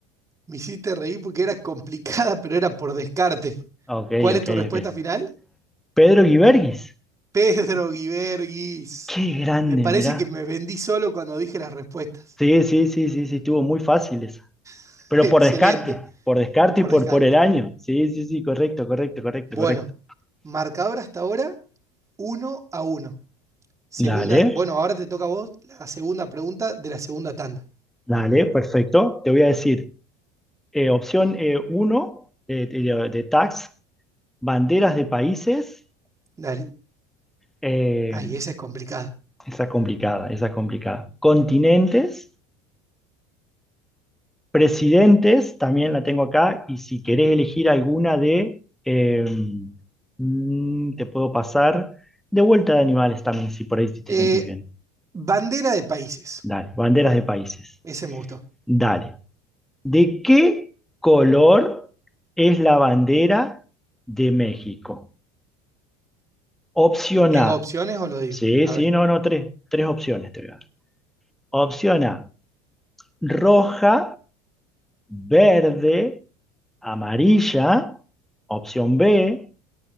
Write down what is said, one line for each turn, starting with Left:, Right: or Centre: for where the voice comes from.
Right: Me hiciste reír porque era complicada, pero era por descarte.
Centre: Ah, Ok,
Right: ¿Cuál es
Centre: ok,
Right: tu respuesta
Centre: ok.
Right: final?
Centre: Pedro Guibergues.
Right: Pedro Guiberguis.
Centre: Qué grande,
Right: Me parece
Centre: mirá.
Right: que me vendí solo cuando dije las respuestas.
Centre: Sí, sí, sí, sí, sí, estuvo muy fácil esa.
Right: <laughs>
Centre: Pero
Right: Excelente,
Centre: por descarte, por descarte
Right: por
Centre: y por,
Right: descarte.
Centre: por el año. Sí, sí, sí, correcto, correcto, correcto,
Right: Bueno,
Centre: correcto.
Right: marcador hasta ahora, uno a uno. Segunda,
Centre: Dale,
Right: bueno, ahora te toca a vos la segunda pregunta de la segunda tanda.
Centre: dale, perfecto. Te voy a decir, eh, opción eh, uno de, de, de tax, banderas de países.
Right: Dale.
Centre: eh,
Right: Ay, esa es complicada.
Centre: esa es complicada, esa es complicada. Continentes. Presidentes, también la tengo acá, y si querés elegir alguna de, eh, mm, te puedo pasar, de vuelta de animales también, si por ahí sí te
Right: Eh,
Centre: sentís bien.
Right: bandera de países.
Centre: Dale, banderas de países.
Right: Ese me gustó.
Centre: Dale. ¿De qué color es la bandera de México? Opción
Right: ¿Tengo
Centre: A.
Right: opciones o lo digo?
Centre: Sí,
Right: A
Centre: sí,
Right: ver.
Centre: no, no, tres, tres opciones te voy a dar. Opción A, roja, verde, amarilla. Opción B,